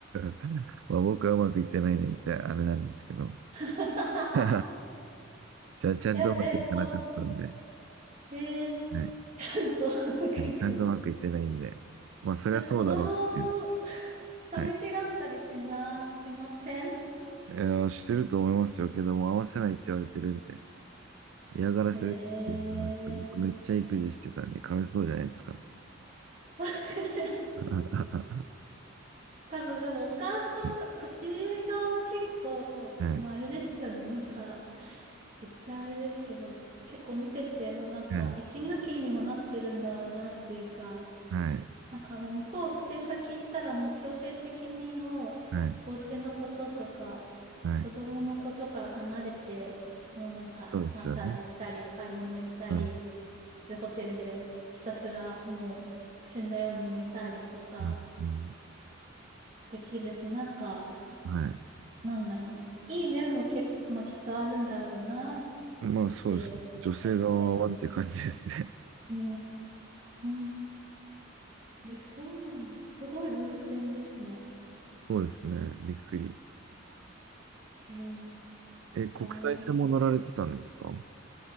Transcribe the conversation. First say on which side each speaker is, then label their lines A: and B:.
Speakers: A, on the right; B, on the right.
A: <laughs> まあ僕はうまくいってないねってあれなんですけど。<laughs>
B: <laughs>
A: じゃあちゃんとうまくいかなかったんで。
B: やっぱえこえー
A: はい。
B: ちゃんと <laughs> 聞かない
A: ちゃんとうまくいってないんで。まあそりゃそうだろうっていう。
B: え子供寂しがったりしなしません
A: はい。えーしてると思いますよけども、合わせないって言われてるんで。
B: うん
A: 嫌がらせです嫌がらせ。
B: へえ
A: 僕めっちゃ育児してたんで、かわいそうじゃないですか。<laughs>
B: <laughs>
A: は
B: 多分でもお母さんが、
A: い。
B: とかシーエー側は結構、
A: はい。
B: まああれですよね、なんか、言っちゃあれですけど、結構見てて、まあなんか、
A: はい。
B: 息抜きにもなってるんだろうなっていうか、
A: はい。
B: なんかもう向こう捨て先行ったらもう強制的にもう、
A: はい。
B: お家のこととか、
A: はい
B: 子供のことから離れて、もうなんか、
A: そうですよね。
B: マッサージ行ったり、買い物行ったり、
A: うん。うん。
B: で、ホテルでひたすらもう死んだように寝たりとか
A: うん。うん
B: できるし、なんか、
A: はい。
B: なんだろう。いい面も結構、まあ、きっとあるんだろうなっ
A: まあそうですね。
B: て見てました。
A: 女性側はって感じですね。
B: うーん。え、そうなんだ。すごい偶然ですね。
A: <laughs> そうですね。びっくり。
B: へえ。
A: え、国際線も乗られてたんですか
B: あ、もういい。